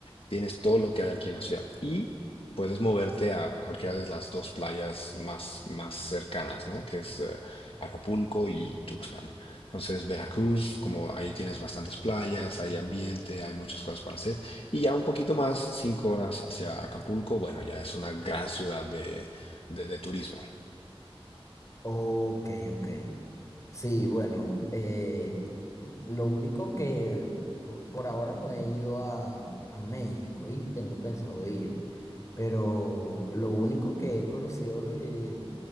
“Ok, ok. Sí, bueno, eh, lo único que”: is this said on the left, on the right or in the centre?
Left